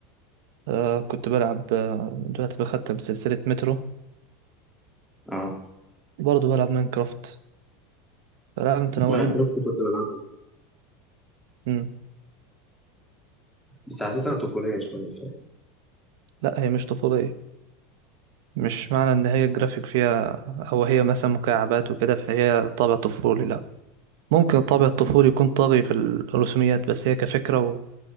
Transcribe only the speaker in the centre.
اه
لا
انت رحت كنت بلعبها
بس حاسسها طفوليه شويه شويه